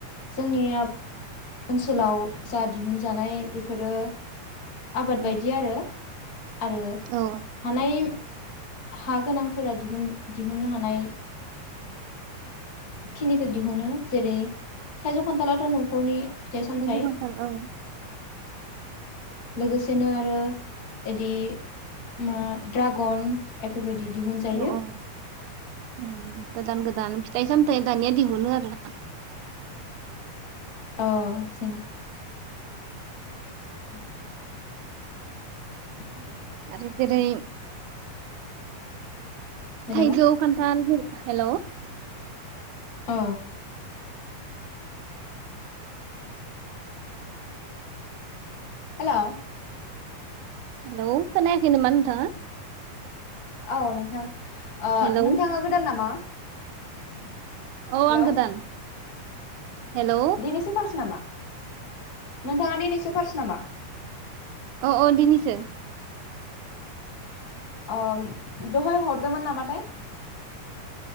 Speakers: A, on the left; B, on the right.
A: जोंनिया ओनसोलाव जा दिहुन जानाय बेफोरो आबाद
B: औ
A: बायदि आरो आरो
B: औ
A: हानाय हा गोनांफोरा दिहुन दिहुननो हानाय खिनिखौ दिहुनो जेरै थाइजौ खान्थालाथ' न'खरनि फिथाइ सामथाइ।
B: थाइजौ खान्थाल औ
A: लोगोसेनो आरो एदि मा ड्रागन एफोरबायदि दिहुनजायो।
B: औ औ औ गोदान गोदान फिथाइ सामथायाइ दानिया दिहुनो आरोना।
A: अ सिं <inaudible> <unintelligible>
B: आरो जेरै
A: हेल'
B: थाइजौ खान्थाल जेरै हेल' ‌।
A: अ। हेल'।
B: हेलौ। खोनायाखै नामा नोंथाङा?
A: औ नोंथां।
B: हेलौ
A: नोंथाङा गोदान नामा? <inaudible>
B: औ
A: हेलौ
B: आं गोदान। हेलौ औ
A: दिनैसो फारस नामा? नोंथाङा दिनैसो फार्स नामा?
B: अ अ दिनिसो।
A: अ दहाय हरदोंमोन नामाथाय?